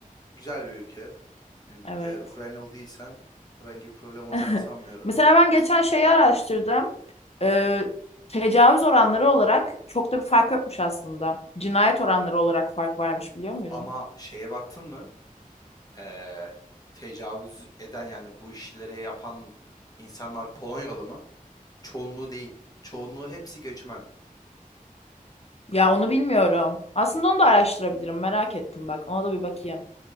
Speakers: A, on the left (about 25°); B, on the left (about 45°).
A: güzel bir ülke. Yani
B: Evet.
A: eğer Ukraynalı değilsen herhangi bir problem olacağını
B: <laughs>
A: sanmıyorum.
B: Mesela ben geçen şeyi araştırdım. Ee, tecavüz oranları olarak çok da bir fark yokmuş aslında. Cinayet oranları olarak fark varmış biliyor muydun?
A: Ama şeye baktın mı? Ee, tecavüz eden yani bu işleri yapan insanlar Polonyalı mı? Çoğunluğu değil. Çoğunluğu hepsi göçmen.
B: Ya onu bilmiyorum. Aslında onu da araştırabilirim. Merak ettim bak. Ona da bir bakayım.